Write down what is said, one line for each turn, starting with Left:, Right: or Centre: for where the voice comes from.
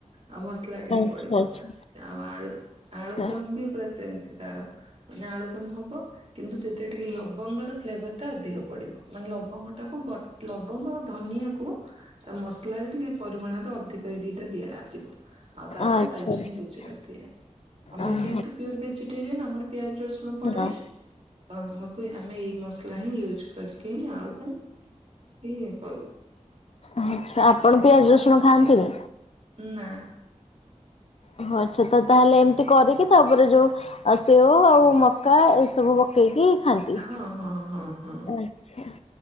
Right: ଆଉ ମସ୍ଲା ଟିକେ
Left: ଆଚ୍ଛା
Right: ପଡିବ,
Left: ଆଚ୍ଛା
Right: ଆଉ ଆଳୁ ଆଳୁଦମ୍
Left: ଆଚ୍ଛା।
Right: ବି ପୁରା ସେମ୍ତି ତାର। ମାନେ ଆଳୁଦମ ହବ କିନ୍ତୁ ସେଥିରେ ଟିକେ ଲବଙ୍ଗର ଫ୍ଲେଭର୍ ଟା ଅଧିକ। ପଡିବ ମାନେ ଲବଙ୍ଗ ଟାକୁ ବ ଲବଙ୍ଗ ଆଉ ଧନିଆକୁ ତା ମସ୍ ଲାରେ ଟିକେ ପରିମାଣରେ ଅଧିକ ଏଇ ଦିଟା ଦିଆଯିବ। ଆଉ ତାପରେ
Left: ଆଚ୍ଛା
Right: ଡାଲ୍ଚିନି
Left: ଆଚ୍ଛା
Right: ଗୁଜୁରତି ଆମେ
Left: ଓହୋ
Right: ଯେହେତୁ ପିଓର୍ ଭେଜିଟେରିୟାନ୍ ଆମର ପିଆଜ ରସୁଣ ପଡେନି,
Left: ହଁ।
Right: ତ ଆମକୁ ଆମେ ଏଇ ମସଲା ହିଁ ୟୁଜ୍ କରିକି ଆଳୁଦମ୍ ଇ କରୁ।
Left: ଆଛା ଆପଣ ପିଆଜ ରସୁଣ ଖାଆନ୍ତିନି?
Right: ନା।
Left: ଓ ଆଚ୍ଛା ତ ତାହେଲେ ଏମିତି କରିକି ତାପରେ ଯୋଉ ଆଉ ସେଓ ଆଉ ମକା ଏସବୁ ପକେଇକି ଖାଆନ୍ତି
Right: ହଁ ହଁ ହଁ ହଁ।
Left: ଆଚ୍ଛା